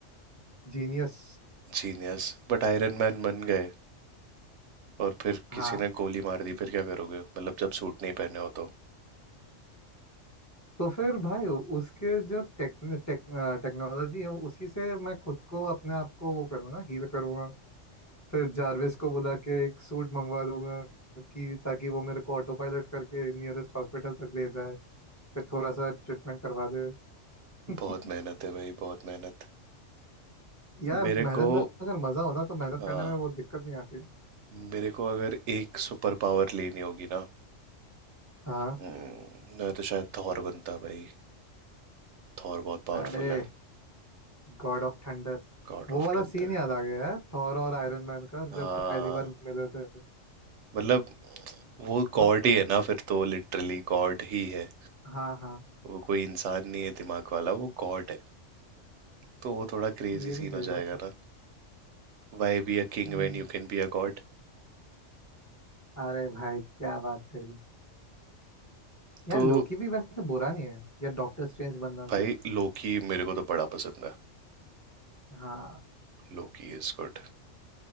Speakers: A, on the left; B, on the right.
A: जीनियस
B: जीनियस बट आयरन मैन बन गए और फिर किसी
A: हाँ
B: ने गोली मार दी फिर क्या करोगे मतलब जब सूट नहीं पहने हो तो
A: तो फिर भाई उसके जो टेक, टेक, टेक्नोलॉजी है उसी से मैं खुद को अपने आप को वो करूँगा हील करूँगा फिर जारविस को बुला के एक सूट मंगवा दूंगा कि ताकि वो मेरे को ऑटो पायलट करके नियरेस्ट हॉस्पिटल तक ले जाए फिर थोड़ा सा ट्रीटमेट करवा दे <laughs>
B: बहुत मेहनत है भाई बहुत मेहनत
A: यार
B: मेरे
A: मेहनत
B: को
A: में अगर मजा हो ना तो मेहनत
B: हाँ
A: करने में वो दिक्कत नहीं आती
B: मेरे को अगर एक सुपर पावर लेनी होगी ना
A: हाँ
B: हम्म, मैं तो शायद थॉर बनता भाई थॉर बहुत पावरफुल
A: अरे
B: है
A: गॉड ऑफ थंडर
B: God
A: वो
B: of
A: वाला
B: thunder
A: सीन याद आ गया है थॉर और आयरन मैन का
B: हाँ
A: जब पहली बार मिले थे
B: मतलब वो गॉड
A: मस्त था
B: ही है ना फिर तो लिटरली गॉड ही है
A: हाँ हाँ
B: वो कोई इंसान नहीं है दिमाग वाला वो गॉड तो वो थोड़ा क्रेजी
A: ये भी
B: सीन
A: सही
B: हो जाएगा
A: बात है
B: ना Why be a king
A: हम्म।
B: when you can be a god
A: अरे भाई क्या बात कर दी यार
B: तो
A: लोकी भी वैसे बुरा नहीं है या डॉक्टर स्ट्रेंज बनना
B: भाई
A: भी
B: लोकी मेरे को तो बड़ा पसंद है
A: हाँ
B: Loki is good